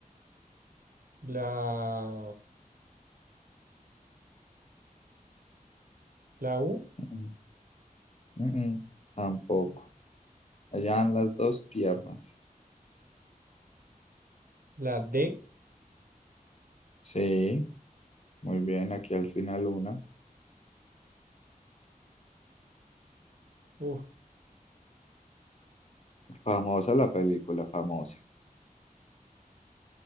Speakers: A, on the right; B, on the left.
A: la, la U,
B: Mm, mm, mm, mm, tampoco. Allá van las dos piernas.
A: la D,
B: Sí. Muy bien, aquí al final una.
A: uf,
B: Famosa la película, famosa.